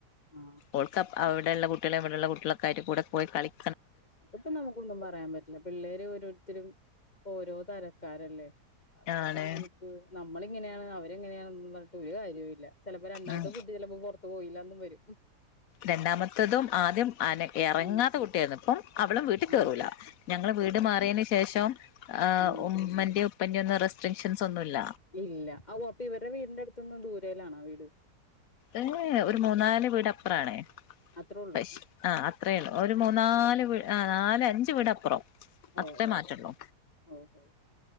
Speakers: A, on the left (about 25°); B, on the left (about 65°).
A: ആ
B: ഓൾക്ക് അവിടെള്ള കുട്ടികളെ ഇവിടെള്ള കുട്ടികളൊ ക്കായിട്ട് കൂടെ പോയി കളിക്ക
A: അതിപ്പോ നമുക്കൊന്നും പറയാൻ പറ്റു ല്ല പിന്നെ പിള്ളേര് ഓരോരുത്തരും ഓരോ തരക്കാരല്ലേ അതിപ്പോ
B: ആണ്
A: നമുക്ക് നമ്മളിങ്ങനെയാണ് അവരെങ്ങനെയന്ന് പറഞ്ഞട്ട് ഒരു കാര്യല്ല ചിലപ്പോ രണ്ടാമത്തെ
B: ഉം
A: കുട്ട ട്ടി ചിലപ്പോ പുറത്ത് പോയില്ലന്നും വരും
B: രണ്ടാമത്തതും ആദ്യം ആന ഇറങ്ങാത്ത
A: ഉം
B: കുട്ടിയായിരുന്നു ഇപ്പം അവളും വീട്ടിൽ
A: ആ
B: കേറൂല ഞങ്ങള് വീട് മാറിയതിന് ശേഷം ആഹ്
A: ആ
B: ഉമ്മന്റെ ഉപ്പന്റെ ഒന്നും റെസ്ട്രിക്ഷൻസ് ഒന്നുല്ല
A: ഇല്ല ഓഹ് അപ്പൊ ഇവരുടെ വീടിന്റെ അടുത്തൊന്നും ദൂരയിലാണോ വീട്?
B: ഏഹ് ഒരു മൂന്നാല് വീടപ്പറാണ്
A: അത്രേ ഉള്ളൂ
B: പശ് ആഹ് അത്രേള്ളൂ ഒരു മൂന്നാല് വ് ആഹ് നാല് അഞ്ച് വീടപ്പറം.
A: ഓ
B: അത്രേ
A: ഓ
B: മാറ്റള്ളൂ
A: ഓ ഓ